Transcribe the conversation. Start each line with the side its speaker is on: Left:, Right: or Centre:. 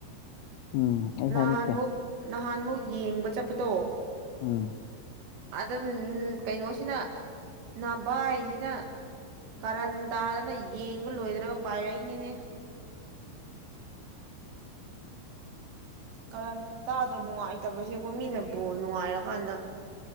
Left: ꯎꯝ ꯑꯩ
Right: ꯅꯍꯥꯟꯃꯨꯛ
Left: ꯍꯥꯏꯔꯛꯀꯦ
Right: ꯅꯍꯥꯟꯃꯨꯛ ꯌꯦꯡꯕ ꯆꯠꯄꯗꯣ
Left: ꯎꯝ
Right: ꯑꯗꯝ ꯀꯩꯅꯣꯁꯤꯅ ꯅꯚꯏꯁꯤꯅ ꯀꯔꯟ ꯇꯥꯗꯅ ꯌꯦꯡꯕ ꯂꯣꯏꯗ꯭ꯔꯒ ꯄꯥꯏꯔꯛꯏꯅꯤꯅꯦ ꯀꯔꯟ ꯈꯠꯇ ꯑꯗꯨꯅ ꯅꯨꯡꯉꯥꯏ ꯐꯠꯇꯕꯁ ꯑꯩꯕꯨꯣꯏ ꯃꯤꯅ ꯕꯣꯜ ꯅꯨꯡꯉꯥꯏꯔꯀꯥꯟꯗ